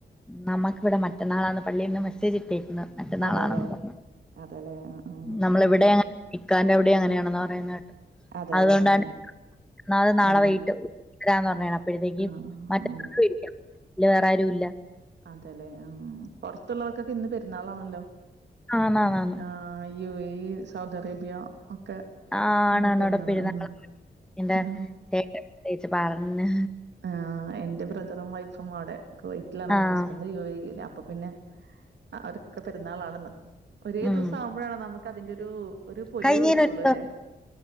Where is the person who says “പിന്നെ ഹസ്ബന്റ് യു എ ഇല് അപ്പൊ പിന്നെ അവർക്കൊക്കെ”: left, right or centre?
Right